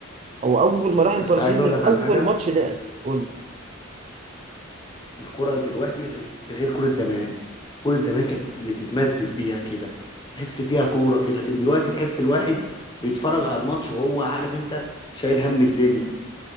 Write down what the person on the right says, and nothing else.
هو اول ما راح البرازيل
من
اول
ماتش لعب قول